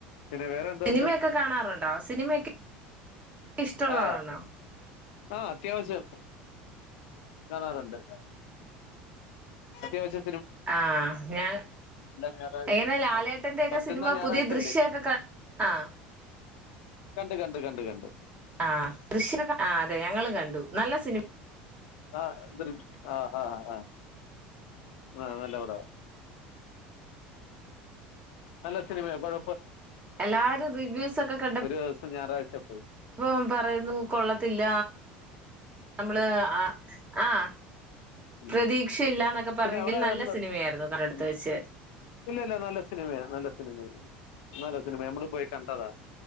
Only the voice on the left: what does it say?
പിന്നെ വേറെ എന്തോണ്ട്
ആ ആ അത്യാവശ്യം കാണാറുണ്ട് അത്യാവശ്യ
ഞായറാഴ്ചയും
പറ്റുന്ന
ഞായറാഴ്ചകളിൽ
കണ്ട് കണ്ട് കണ്ട് കണ്ട്
ആഹ് ദൃ ആഹ് ആഹ് ആഹ് ആ നല്ല പടമാ നല്ല സിനിമയാ കൊഴ
ഒരു ദിവസം ഞായറാഴ്ച പോയി
ഉം
പിന്നെ അവിടെ
എന്താ
ഉം
ഇല്ല ഇല്ല നല്ല സിനിമയ നല്ല സിനിമയ നല്ല സിനിമ നമ്മള് പോയി കണ്ടതാ